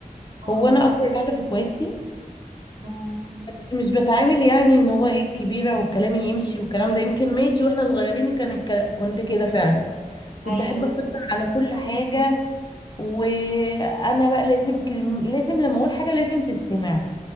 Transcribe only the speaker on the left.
هو انا اكبر واحده في اخواتي
بس مش بتعامل يعني ان هو ايه الكبيره وكلامي يمشي والكلام ده يمكن ماشي واحنا صغيرين كان الكلا- كنت كده فعلا كنت
احب اسيطر على كل حاجه وانا بقى لازم كلم... لازم لما اقول حاجه لازم تستمع